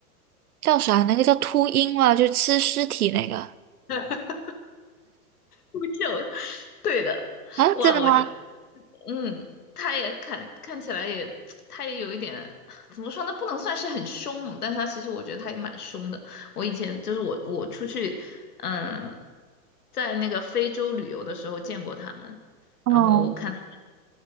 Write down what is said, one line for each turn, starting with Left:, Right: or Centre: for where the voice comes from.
Right: 叫啥？那个叫秃鹰嘛，就吃尸体那个
Left: <laughs> 秃鹫，对的。
Right: 啊？
Left: 哇，
Right: 真的吗？
Left: 我就。嗯，他也看看起来也，他也有一点，怎么说呢？不能算是很凶猛，但是他其实我觉得他也蛮凶的。我以前就是我我出去，嗯，在那个非洲旅游的时候见过他们，
Right: 哦，
Left: 然后我看他们